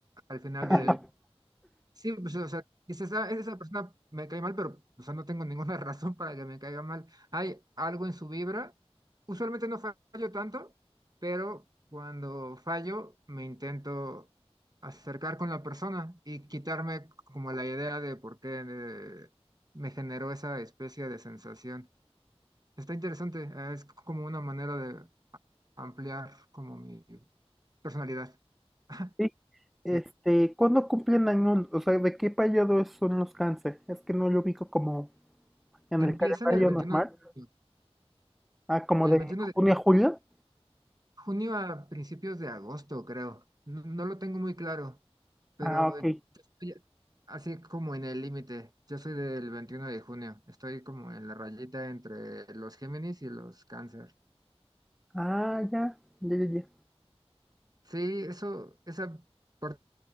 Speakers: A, on the right (about 35°); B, in the centre.
A: al final de,
B: <laughs>
A: sí, pues, o sea, dices, "Ah, esa persona me cae mal, pero o sea, no tengo ninguna <laughs> razón para que me caiga mal. Hay algo en su vibra. Usualmente no fallo tanto, pero cuando fallo me intento acercar con la persona y quitarme como la idea de por qué eh, me generó esa especie de sensación. Está interesante, eh, es como una manera de ampliar como mi personalidad. <laughs>
B: sí,
A: Sí.
B: Este, ¿cuándo cumplen años? O sea, ¿de qué periodo son los cáncer? Es que no lo ubico como en
A: Empieza
B: el calendario
A: en el veintiuno
B: normal.
A: de junio,
B: Ah, como
A: el
B: de
A: veintiuno de
B: junio a julio.
A: junio a principios de agosto, creo. No, no lo tengo muy claro, pero
B: Ah, ok.
A: eh, yo estoy así como en el límite. Yo soy del 21 de junio, estoy como en la rayita entre los Géminis y los Cáncer.
B: Ah, ya, ya, ya, ya.
A: Sí, eso, esa parte